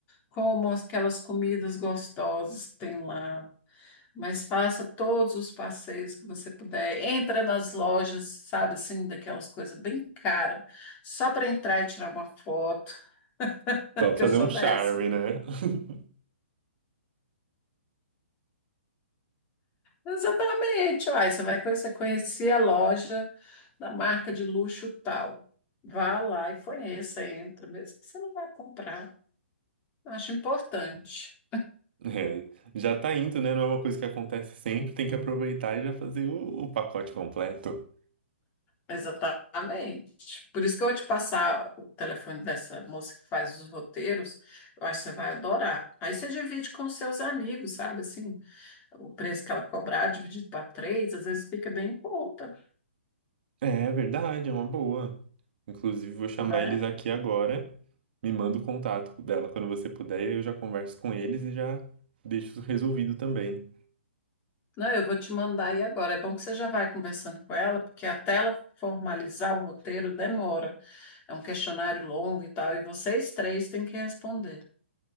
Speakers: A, on the left; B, on the right.
A: como aquelas comidas gostosas que tem lá. Mas faça todos os passeios que você puder. Entra nas lojas, sabe assim, daquelas coisas bem cara, só para entrar e tirar uma foto, <laughs> porque
B: Só pra fazer
A: eu sou
B: um charme,
A: dessa.
B: né? <laughs>
A: Exatamente, uai, você vai conhecer, conhecer a loja da marca de luxo tal. Vá lá e conheça, entra, mesmo que você não vai comprar. Acho importante.
B: É, já tá indo, né? Não é uma coisa que acontece sempre, tem que aproveitar e já fazer o, o pacote completo.
A: Exatamente. Por isso que eu vou te passar o telefone dessa moça que faz os roteiros. Eu acho que você vai adorar. Aí você divide com seus amigos, sabe? Assim, o preço que ela cobrar dividido para três, às vezes fica bem em conta,
B: É é verdade, é uma boa. Inclusive, vou chamar
A: né?
B: eles aqui agora. Me manda o contato dela quando você puder, eu já converso com eles e já deixo isso resolvido também.
A: Não, eu vou te mandar aí agora. É bom que você já vai conversando com ela, porque até ela formalizar o roteiro demora. É um questionário longo e tal, e vocês três têm que responder.